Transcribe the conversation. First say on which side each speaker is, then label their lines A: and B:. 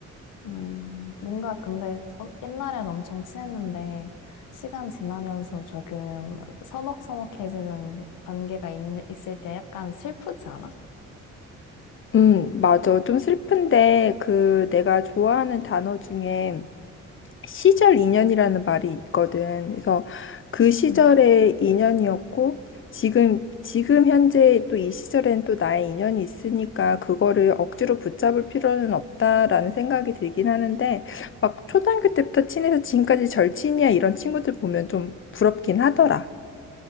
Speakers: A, on the left; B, on the left.
A: 음, 뭔가 근데 어, 옛날엔 엄청 친했는데 시간 지나면서 조금 서먹서먹해지는 관계가 있, 있을 때 약간 슬프지 않아?
B: 음, 맞아. 좀 슬픈데, 그, 내가 좋아하는 단어 중에 시절 인연이라는 말이 있거든. 그래서 그 시절의
A: 음.
B: 인연이었고, 지금, 지금 현재 또 이 시절엔 또 나의 인연이 있으니까, 그거를 억지로 붙잡을 필요는 없다라는 생각이 들긴 하는데, 막 초등학교 때부터 친해서 지금까지 절친이야, 이런 친구들 보면 좀 부럽긴 하더라.